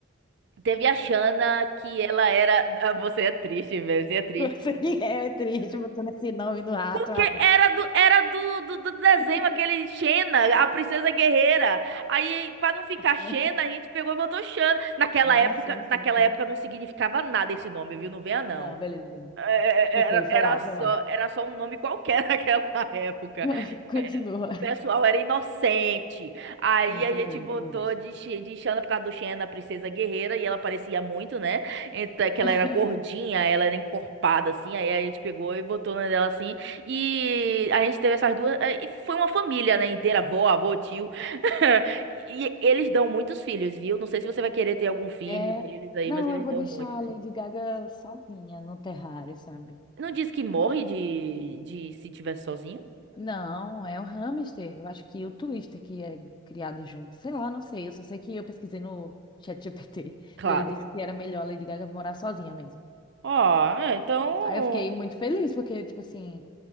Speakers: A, on the right; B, on the left.
A: Teve a Shana que ela era. ah, Você é triste, velho, você é triste.
B: Você que é é triste botando esse nome no rato,
A: Porque
B: rapaz.
A: era do, era do, do, do desenho
B: <laughs>
A: aquele Xena, a princesa guerreira. Aí, pra não ficar
B: Aí-
A: Xena, a gente pegou e botou Xana. Naquela
B: Ah,
A: época,
B: sim,
A: naquela
B: sim, sim.
A: época não significava nada esse nome, viu? Não venha, não.
B: Não, beleza, beleza.
A: É,
B: Tranquilo,
A: é, é, Era,
B: foi
A: era
B: lá,
A: só,
B: foi lá.
A: era só um nome qualquer <laughs> naquela época.
B: <laughs> Continua.
A: É, O pessoal era inocente. Aí
B: Sim,
A: a
B: tudo
A: gente
B: bem,
A: botou
B: tudo bem.
A: de, Xi- de Xana por causa do Xena, a princesa guerreira, e ela parecia muito, né? Então, é que ela
B: <laughs>
A: era gordinha, ela era encorpada, assim. Aí a gente pegou e botou na dela assim. E a gente teve essas duas. é, E foi uma família, né, inteira, avó, avô, tio. <laughs> E eles dão muitos filhos, viu? Não sei se você vai querer ter algum filho
B: É,
A: deles aí,
B: não,
A: mas eles
B: eu vou
A: dão
B: deixar
A: muito
B: a
A: filho.
B: Lady Gaga sozinha no terrário, sabe?
A: Não diz que morre de, de se tiver sozinho?
B: Não, é o hamster. Eu acho que o Twister que é criado junto. Sei lá, não sei. Eu só sei que eu pesquisei no ChatGPT
A: Claro.
B: e ele disse que era melhor a Lady Gaga morar sozinha mesmo.
A: Ah, é, então.
B: Aí eu fiquei muito feliz, porque, tipo assim,